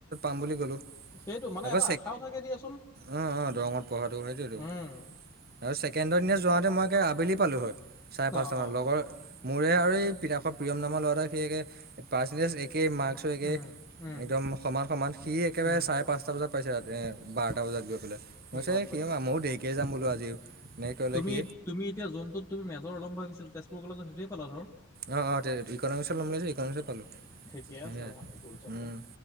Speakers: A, on the right; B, on the left.
A: <inaudible>
B: সেইটো মানে আশাও থাকে দিয়াচোন।
A: উম, অ', দৰঙত পঢ়াতটো সেইটোয়েতো
B: উম
A: আৰু ছেকেণ্ডৰ দিনা যোৱাহেতেন মই একে আবেলি পালো হয় চাৰে পাঁচট
B: অ
A: মান
B: অ
A: লগৰ মোৰে আৰু এই পিঠাখোৱাৰ প্ৰিয়ম নামৰ লৰা সেই একে পাৰ্চেণ্টেজ এক একেই মাৰ্ক্সো একেই
B: উম উম
A: একদম সমান সমান সি একেবাৰে
B: উম
A: চাৰে পাঁচটা বজাত পাইছে তাতে বাৰটা বজাত গৈ পেলাই, মই কৈছোঁ
B: গম পাইছো
A: সি ময়ো দেৰিকে যাম বোলো আজি। এনেকৈ ক'লে
B: তুমি
A: সি
B: তুমি এতিয়া যোনটোত তুমি মেজৰ লম ভাবিছিলা তেজপুৰ কলেজত সেইটয়ে পালা ধৰ।
A: অ', অ', ইকনমিক্স লম বুলি ভাবিছিলোঁ ইকনমিক্সত পালো উম,
B: ঠিকে
A: সেইয়াই
B: আছে ভালেই কৰিছা
A: উম।
B: দিয়া